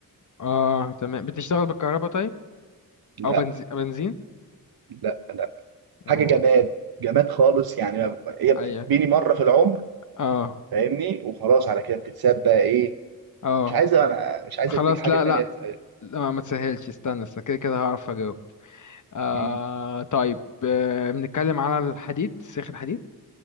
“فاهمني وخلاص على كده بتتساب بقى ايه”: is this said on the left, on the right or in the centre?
Right